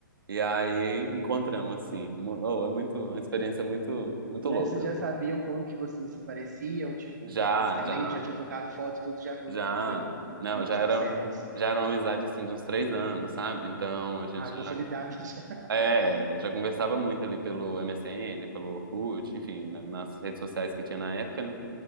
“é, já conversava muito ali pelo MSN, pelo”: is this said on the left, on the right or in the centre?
Right